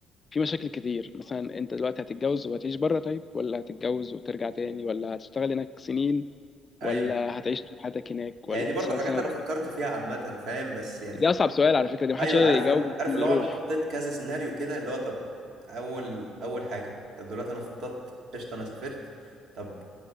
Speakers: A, on the left; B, on the right.
A: في مشاكل كتير مثلا انت دلوقتي هتتجوز وهتعيش بره طيب ولا هتتجوز وترجع تاني ولا هتشتغل هناك سنين
B: ايوه
A: ولا هتعيش طول حياتك هناك ولا
B: هي دي برضه
A: هتشتغل
B: حاجات
A: سنة
B: انا
A: وت...
B: فكرت فيها عامه فاهم بس يعني
A: دي أصعب سؤال على فكرة دي محدش
B: ايوه
A: يقدر
B: عارف
A: يجاوب
B: عارف
A: اللي
B: اللي
A: يروح
B: هو انا حطيت كذا سيناريو كده اللي هو طب اول اول حاجه طب دلوقتي انا خططت قشطه انا سافرت طب